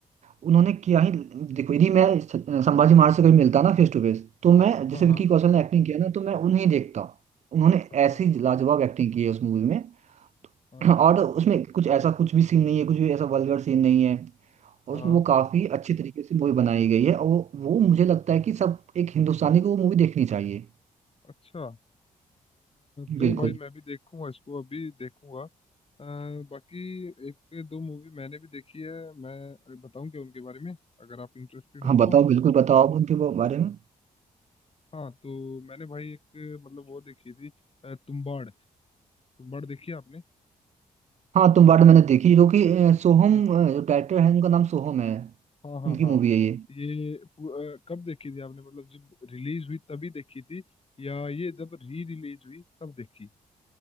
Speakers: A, on the right; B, on the left.
A: उन्होंने क्या ही देखो यदि मैं स- संभाजी महाराज से कभी मिलता ना फेस टू फेस तो मैं जैसे
B: हाँ हाँ
A: विकी कौशल ने एक्टिंग किया ना तो मैं उन्हें देखता उन्होंने
B: अच्छा
A: ऐसी लाजवाब एक्टिंग की है उस मूवी में
B: हाँ
A: <clears throat> और उसमें कुछ ऐसा कुछ भी सीन नहीं है कुछ भी ऐसा वल्गर सीन नहीं है और
B: हाँ
A: उसमें वो काफी अच्छी तरीके से मूवी बनाई गई है और वो वो मुझे लगता है कि सब एक हिंदुस्तानी को वो मूवी देखनी चाहिए
B: अच्छा अ, तो
A: बिल्कुल
B: भाई मैं भी देखूंगा इसको अभी देखूंगा अ, बाकी एक दो मूवी मैंने भी देखी है मैं बताऊं क्या उनके बारे में अगर आप इंटरेस्टेड हो
A: हाँ बताओ
B: तो
A: बिल्कुल बताओ आप उनके बारे में
B: हाँ तो मैंने भाई एक मतलब वो देखी थी अ, तुम्बाड़ तुम्बाड़ देखी है आपने
A: हाँ तुम वार्ड मैंने देखी जो कि अ, सोहम
B: अ,
A: अ, जो डायरेक्टर है उनका नाम सोहम है
B: हाँ हाँ
A: उनकी
B: हाँ
A: मूवी है ये
B: ये पु- अ, कब देखी थी आपने मतलब जब रिलीज हुई तभी देखी थी या ये जब री रिलीज हुई तब देखी